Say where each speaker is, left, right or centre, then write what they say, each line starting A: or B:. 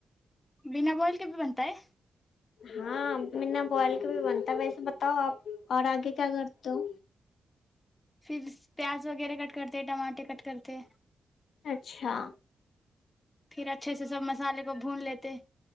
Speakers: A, on the left (about 15°); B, on the left (about 75°).
A: بنا بوائل کے بھی بنتا ہے
B: ہاں ما بوال کبھی بنتا ہے ویسے بتاؤ آپ اور آگے کیا کرتے ہو
A: پھر پیاز وغیرہ کٹ کرتے ٹماٹے کٹ کرتے
B: اچھا
A: پھر اچھے سے سب مسالے کو بھون لیتے